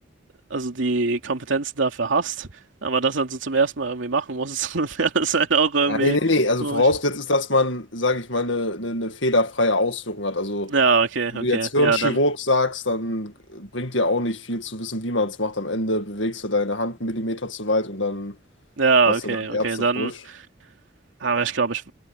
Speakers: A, on the right; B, on the left.
A: also die Kompetenzen dafür hast, aber das dann so zum ersten Mal irgendwie machen musst, <laughs> wäre das halt auch irgendwie
B: Ja, nee, nee, nee, also
A: komisch.
B: vorausgesetzt ist, dass man, sage ich mal, eine, eine, eine fehlerfreie Ausführung hat. Also,
A: Ja, okay,
B: wenn
A: okay,
B: du jetzt Hirnchirurg
A: ja, dann.
B: sagst, dann bringt dir auch nicht viel zu wissen, wie man es macht. Am Ende bewegst du deine Hand einen Millimeter zu weit und dann
A: Ja,
B: hast
A: okay,
B: du dann
A: okay,
B: Ärztefusch.
A: dann. Aber ich glaube, ich,